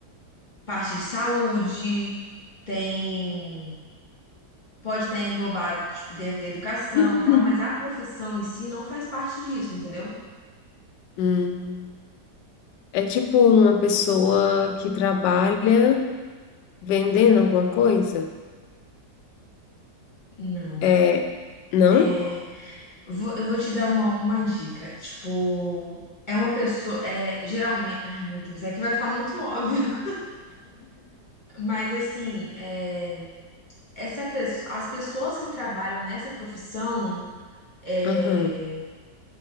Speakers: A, on the left (about 25°); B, on the left (about 80°).
A: parte de saúde, tem, pode estar englobado, tipo, dentro da educação
B: <laughs>
A: e tal, mas a profissão em si não faz parte disso, entendeu?
B: Hum, é tipo uma pessoa que trabalha vendendo alguma coisa?
A: Não.
B: É, não?
A: É, vou- eu vou te dar uma, uma dica. Tipo, é uma pessoa, é, geralmente, ai meu Deus, é que vai ficar muito óbvio, <laughs> mas assim, é. essa pes- as pessoas que trabalham nessa profissão é,
B: Aham,